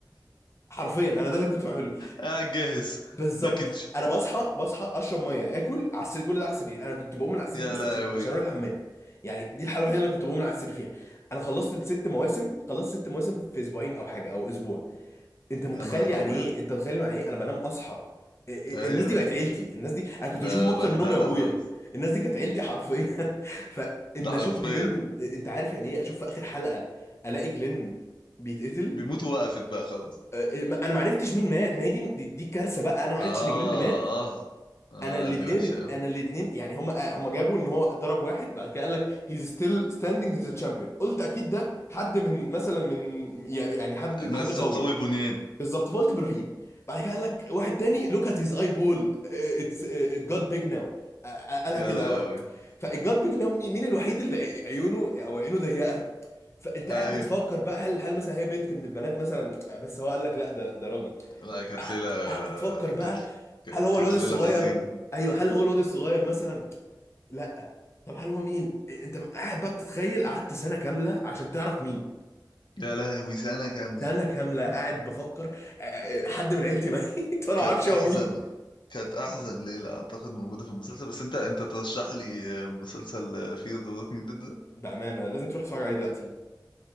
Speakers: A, on the left; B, on the left.
A: حرفيا انا ده اللي كنت بعمله
B: قاعد جاهز
A: فبالظبط
B: باكج
A: انا بصحى بصحى اشرب ميه اكل على السرير كل ده على السرير انا كنت بقوم من على السرير
B: يا
A: بس
B: لهوي
A: عشان عشان اروح الحمام يعني دي الحاله الوحيده اللي انا كنت بقوم من على السرير فيها انا خلصت ست مواسم خلصت ست مواسم في اسبوعين او حاجه او اسبوع انت متخيل
B: يا نهار
A: يعني
B: ابيض
A: ايه انت متخيل يعني ايه انا بنام اصحى إيه- إيه-
B: ايوه
A: الناس دي بقت عيلتي الناس دي انا كنت
B: ده
A: بشوفهم اكتر
B: بهدله
A: من امي وابويا
B: خلاص
A: الناس دي كانت عيلتي حرفيا <laughs> فان
B: ده حرفيا
A: اشوف جلين انت عارف يعني ايه اشوف في اخر حلقه الاقي جلين بيتقتل
B: بيموت وقفت بقى خلاص
A: آه، ما- انا ما عرفتش مين مات ما هي دي دي, دي كارثه بقى انا ما عرفتش
B: اه
A: ان جلين مات
B: اه آه،
A: انا الاثنين
B: لا دي وحشه قوي
A: انا الاثنين يعني هم هم جابوا ان هو ضرب واحد بعد كده قال لك هيز ستيل ستاندينج هيز تشامبيون قلت اكيد ده حد من مثلا من يعني حد
B: ناس
A: حد قوي
B: قوي البنيان
A: بالظبط فقلت ابراهيم بعد كده قال لك واحد تاني لوك ات هيز اي بول اتس ات جات بيج ناو قالها
B: يا
A: كده
B: لهوي
A: أو- فالجات بيج ناو مين مين الوحيد اللي عيونه او عينه ضيقه فانت
B: ايوه
A: قاعد بتفكر بقى هل هل مثلا هي بنت من البنات مثلا آه، بس هو قال لك لا ده ده راجل
B: لا كانت
A: قعدت
B: ليله
A: قعدت تفكر بقى
B: كانت ك-
A: هل هو
B: كانت
A: الواد الصغير
B: ليله حزينه
A: ايوه هل هو الواد الصغير مثلا لا طب هل هو مين انت قاعد بقى بتتخيل قعدت سنه كامله عشان تعرف مين
B: يا لهوي سنه كامله
A: سنه كامله قاعد بفكر آه، آه، حد من عيلتي ميت <laughs> وانا
B: كانت
A: ما اعرفش
B: احزن
A: هو مين
B: كانت احزن ليله اعتقد موجوده في المسلسل بس انت انت ترشح لي مسلسل فيه ذا ووكينج ديد
A: بامانه لازم تروح تتفرج عليه دلوقتي